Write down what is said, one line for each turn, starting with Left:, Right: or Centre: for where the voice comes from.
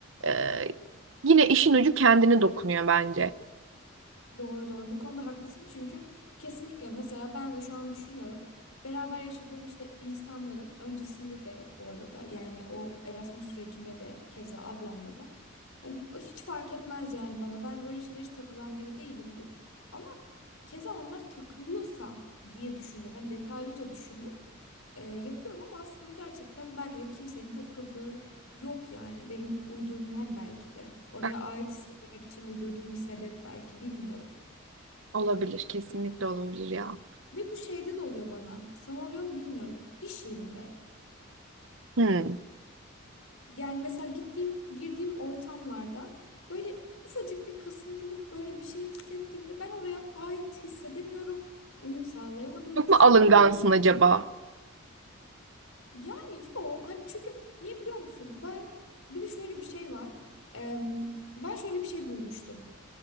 Right: E, yine işin ucu kendine dokunuyor bence.
Left: Doğru doğru bu konuda haklısın çünkü kesinlikle mesela ben de şu an düşünüyorum. Beraber yaşadığım işte insanların öncesinde de bu arada yani o Erasmus sürecimde de keza ablamla da hani hiç fark etmez yani bana ben böyle şeylere hiç takılan biri değilimdir. Ama keza onlar takılıyorsa diye düşünüp ben detaylıca düşünüp e, yapıyorum ama aslında gerçekten belki de kimsenin takıldığı yok yani. Benim uydurmam belki de. Oraya
Right: Bak,
Left: ait hissetmemek için uydurduğum bir sebep belki bilmiyorum.
Right: Olabilir, kesinlikle olabilir ya.
Left: Ve bu şeyde de oluyor bana. Sana oluyor mu bilmiyorum. İş yerinde.
Right: Hmm.
Left: Yani mesela gittiğim, girdiğim ortamlarda böyle ufacık bir kasıntılık böyle bir şey hissettiğimde ben oraya ait hissedemiyorum. Uyum sağlayamadığımı
Right: Çok
Left: hissediyorum.
Right: mu alıngansın acaba?
Left: Yani yo hani çünkü niye biliyor musun? Ben bir de şöyle bir şey var. Em, ben şöyle bir şey duymuştum.